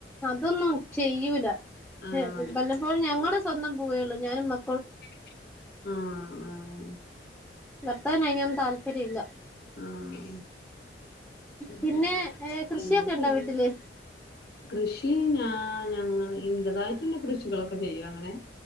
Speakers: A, in the centre; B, on the left.
A: അതൊന്നും ചെയ്യൂല പക്ഷെ
B: ആഹ്
A: വല്ലപ്പോഴും ഞങ്ങള് സ്വന്തം പോവേയുള്ളൂ ഞാനും മ
B: ആ-ആ
A: ഭർത്താവിന് അയിനൊന്നും താല്പര്യല്ല
B: ആഹ് ശരി
A: പിന്നെ
B: ആഹ്
A: ഏ കൃഷിയൊക്കെ
B: എന്താ
A: ഇണ്ടോ
B: ചെയ്യണ്
A: വീട്ടില്
B: കൃഷി ഞാ ഞങ്ങ ഇന്റേതായിട്ടുള്ള കൃഷികളൊക്കെ ചെയ്യും അങ്ങനെ